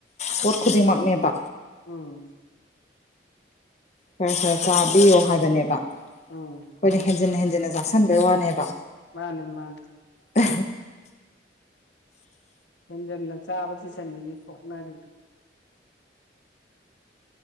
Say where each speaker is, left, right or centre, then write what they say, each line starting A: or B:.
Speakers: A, on the left (about 40°); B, on the left (about 75°).
A: ꯄꯣꯠ ꯈꯨꯗꯤꯡꯃꯛꯅꯦꯕ
B: ꯎꯝ
A: ꯈꯔ ꯈꯔ
B: ꯑꯃꯠꯇ
A: ꯆꯥꯕꯤꯌꯣ
B: ꯂꯩꯇ꯭ꯔꯦ
A: ꯍꯥꯏꯕꯅꯦꯕ ꯑꯩꯈꯣꯏꯅ
B: ꯎꯝ
A: ꯍꯦꯟꯖꯤꯟꯅ ꯍꯦꯟꯖꯤꯟꯅ ꯆꯥꯛꯁꯤꯟꯕꯩ ꯋꯥꯅꯦꯕ
B: ꯃꯥꯅꯦ ꯃꯥꯅꯦ
A: ꯎ
B: ꯍꯦꯟꯖꯟꯅ ꯆꯥꯕꯁꯤꯗꯅꯤꯅꯤ ꯐꯣꯅꯔꯤ <inaudible>